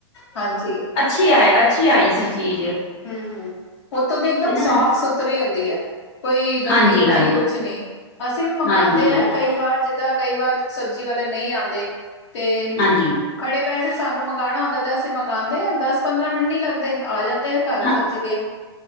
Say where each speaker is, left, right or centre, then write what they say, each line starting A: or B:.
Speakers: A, on the left; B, on the left.
A: ਹਾਂਜੀ।
B: ਅੱਛੀ ਆ ਅੱਛੀ ਆਈ ਸੀ ਚੀਜ਼।
A: ਹੂੰ-ਹੂੰ ਉੱਥੋਂ ਦੀ ਇਕਦਮ
B: ਹਨਾ
A: ਸਾਫ ਸੁਥਰੀ ਹੁੰਦੀ ਹੈ। ਕੋਈ ਗੰਦੀ-
B: ਹਾਂਜੀ
A: ਗੁੰਦੀ
B: ਹਾਂਜੀ
A: ਕੁਛ ਨਹੀਂ, ਅਸੀਂ ਵੀ ਮੰਗਵਾਉਂਦੇ
B: ਹਾਂਜੀ
A: ਹ ਕਈ ਵਾਰ ਜਿੱ- ਦਾਂ ਕਈ ਵਾਰ ਸਬਜ਼ੀ ਵਾਲੇ ਨਹੀਂ ਆਉਂਦੇ, ਤੇ-
B: ਹਾਂਜੀ
A: ਖੜੇ ਪੈਸੇ ਸਾਨੂੰ ਮੰਗਵਾਉਣਾ ਹੁੰਦਾ ਤੇ ਅਸੀਂ ਮੰਗਵਾਉਂਦੇ ਹਾਂ, ਦਸ- ਪੰਦਰਾਂ ਮਿੰਟ ਨੀ ਲੱਗਦੇ ਆ ਜਾਂਦੇ ਐ। ਘਰ
B: ਹਾਂ
A: ਸਬਜ਼ੀ ਦੇਣ।